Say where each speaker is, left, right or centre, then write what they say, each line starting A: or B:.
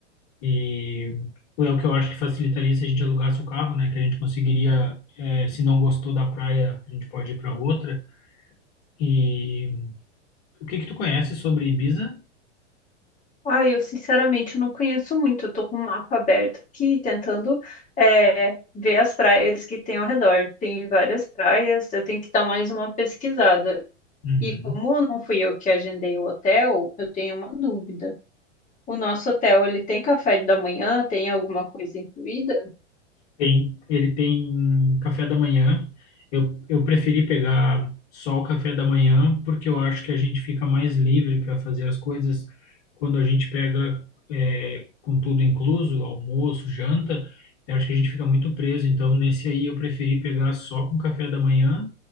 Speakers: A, on the left; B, on the left.
A: E é o que eu acho que facilitaria se a gente alugasse o carro, né? Que a gente conseguiria, é, se não gostou da praia, a gente pode ir para outra. E o que que tu conhece sobre Ibiza?
B: Ah, eu sinceramente eu não conheço muito, eu tô com o mapa aberto aqui, tentando é, ver as praias que tem ao redor. Tem várias praias, eu tenho que dar mais uma pesquisada.
A: Uhum.
B: E como não fui eu que agendei o hotel, eu tenho uma dúvida. O nosso hotel, ele tem café da manhã? Tem alguma coisa incluída?
A: Tem, ele tem café da manhã. Eu, eu preferi pegar só o café da manhã porque eu acho que a gente fica mais livre para fazer as coisas quando a gente pega é, com tudo incluso, almoço, janta. Eu acho que a gente fica muito preso. Então, nesse aí eu preferi pegar só com café da manhã